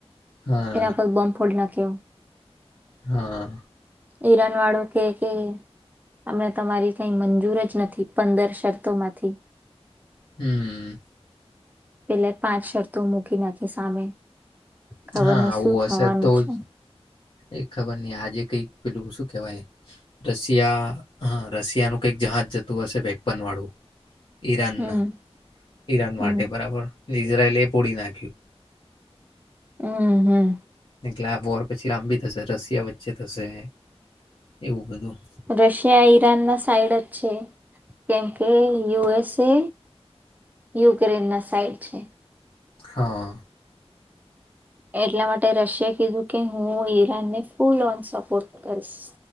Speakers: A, on the left (about 50°); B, on the right (about 15°).
A: હા
B: એના પર બમ્બ ફોડી નાખે. <unintelligible>
A: હા.
B: ઈરાન વાળો કે કે અમને તમારી કઈ મંજૂર જ નથી પંદર શરતોમાંથી.
A: હમ્મ.
B: પેલે પાંચ શરતો મૂકી નાખી સામે. ખબર
A: હા
B: નહીં
A: આવું
B: શું થવાનું
A: હશે તો
B: છે.
A: જ એ ખબર નઈ આજે કઈક પેલું શું કેવાય રશિયા હ રશિયાનું કઈક જહાજ જતું હશે વેપન વાળું. ઈરાન
B: હમ
A: ના ઈરાન માટે
B: હમ
A: બરાબર ને ઇઝરાઇલ એ પોડી નાખ્યું.
B: હમ્મ હામ.
A: એટલે આ વોર પછી લંબી થશે રશિયા વચ્ચે થશે એવું બધું.
B: રશિયા ઈરાન ના સાઈડ જ છે. કેમ કે યુ એસ તે યુક્રેન ના સાઈડ છે.
A: હા.
B: એટલા માટે રશિયાએ કીધું કે હું ઈરાનને ફૂલ ઓન સપોર્ટ કરીશ.